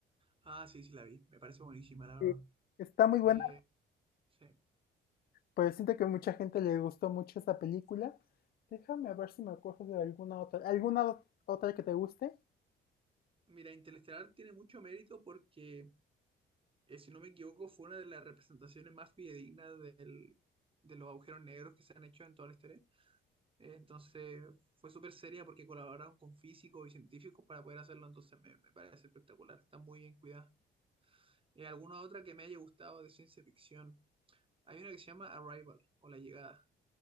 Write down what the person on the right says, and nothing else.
Ah, sí, sí la vi, me parece buenísima, la verdad.
Eh, sí.
Mira, Interestelar tiene mucho mérito porque eh, si no me equivoco, fue una de las representaciones más fidedignas del- de los agujeros negros que se han hecho en toda la historia. Eh, entonces, fue súper seria porque colaboraron con físicos y científicos para poder hacerlo. Entonces, me, me parece espectacular. Está muy bien cuidada. Eh, ¿alguna otra que me haya gustado de ciencia ficción? Hay una que se llama Arrival o La Llegada.